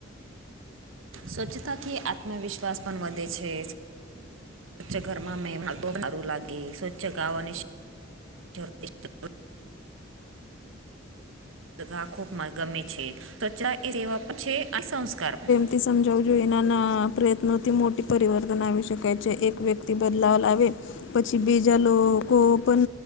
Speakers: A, on the right; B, on the left.
A: સ્વચ્છતાથી આત્મવિશ્વાસ પણ વધે છે સ્વચ્છ ઘરમાં મે <unintelligible> સારું લાગી સ્વચ્છ ગાવાની <unintelligible> ગા ખૂબ ગમે છે ત્ચરા એ સેવા પણ છે અને સંસ્કાર પણ
B: તે સમજાવુ જોઈને ના ના પ્રયત્નોથી મોટી પરિવર્તન આવી શકાય છે એક વ્યક્તિ બદલાવ લાવે પછી બીજા લો કો પન